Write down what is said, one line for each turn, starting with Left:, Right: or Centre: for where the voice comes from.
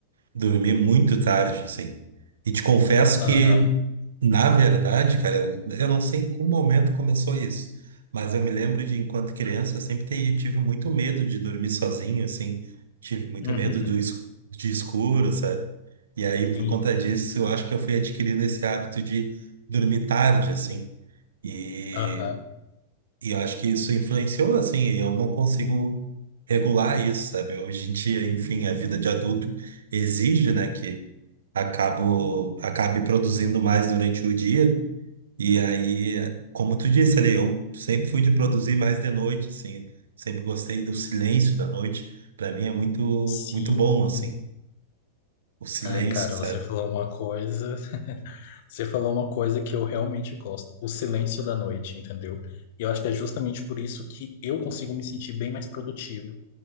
Right: dormir muito tarde, assim. E te confesso que,
Left: Aham.
Right: na verdade, cara, eu, eu não sei em qual momento começou isso, mas eu me lembro de, enquanto criança, eu sempre te- tive muito medo de dormir sozinho, assim. Tive muito
Left: <laughs>
Right: medo do es- de escuro, sabe? E aí,
Left: Sim.
Right: por conta disso, eu acho que eu fui adquirindo esse hábito de dormir tarde, assim. E
Left: Aham.
Right: e eu acho que isso influenciou, assim, eu não consigo regular isso, sabe? Hoje em dia, enfim, a vida de adulto exige, né, que acabo, acabe produzindo mais durante o dia. E aí, como tu disse ali, eu sempre fui de produzir mais de noite, assim, sempre gostei do silêncio da noite. Para mim é muito,
Left: Sim.
Right: muito bom, assim, o silêncio,
Left: Ah, cara,
Right: sabe?
Left: você falou uma coisa. <laughs> Você falou uma coisa que eu realmente gosto, o silêncio da noite, entendeu? E eu acho que é justamente por isso que eu consigo me sentir bem mais produtivo.